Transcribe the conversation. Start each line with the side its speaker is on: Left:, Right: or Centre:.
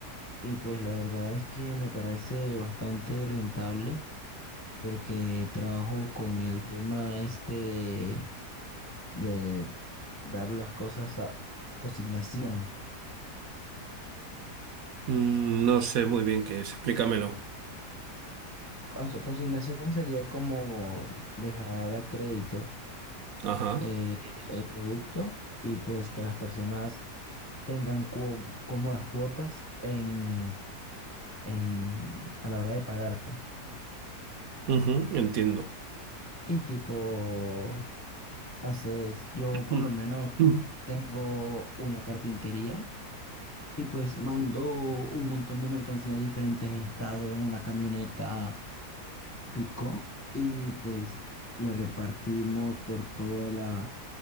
Left: y pues la verdad es que me parece bastante rentable porque trabajo con el tema este de dar las cosas a consignación.
Right: Mm, no sé muy bien qué es, explícamelo.
Left: Cos- Consignación sería como dejar a crédito
Right: Ajá,
Left: eh, el producto y pues que las personas tengan cuo- cómodas cuotas en, en, a la hora de pagarte.
Right: ujú, entiendo.
Left: Y tipo, hace, yo por
Right: Mm,
Left: lo menos
Right: mm,
Left: tengo una carpintería y pues mando un montón de mercancía a diferentes estados en una camioneta picó y pues lo repartimos por toda la,